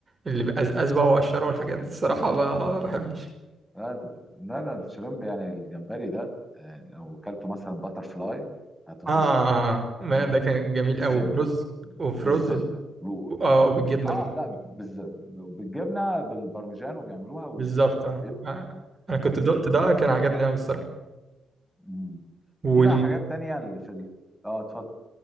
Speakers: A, on the right; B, in the centre.
A: اللي بقزقز بقى وقشره والحاجات دي الصراحه ما ما بحبش
B: لا ده- لا لا الشريمب يعني الجمبري ده آه، لو كلته مثلا باتر فلاي هتنبسط
A: اه آه،
B: خالص
A: آه. ما
B: اللي هو
A: ده كان جميل
B: بالزبده
A: قوي برز وفي
B: بالزبده
A: رز
B: و-
A: اه وبالجبنه
B: اه
A: برضه
B: لا بالزبده بالجبنه بالبرمجان وبيعملوها والزبده
A: بالظبط اه
B: بيبقى
A: آه. انا كنت
B: خطير
A: دقت ده كان عجبني
B: تمام
A: قوي
B: مم.
A: الصراحه
B: في بقى حاجات تانية اللي في ال... اه اتفضل